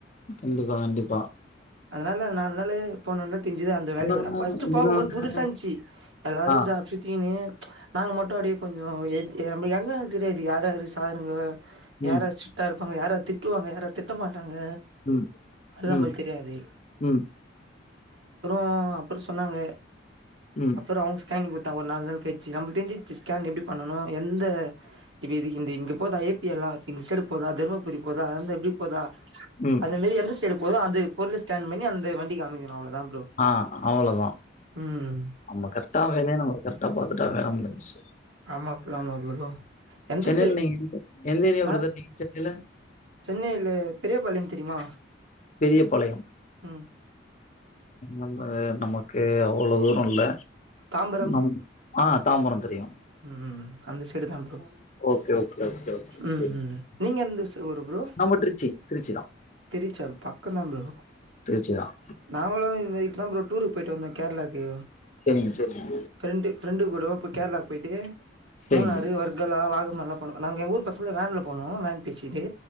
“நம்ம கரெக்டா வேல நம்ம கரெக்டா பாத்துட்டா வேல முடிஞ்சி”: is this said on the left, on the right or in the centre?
Left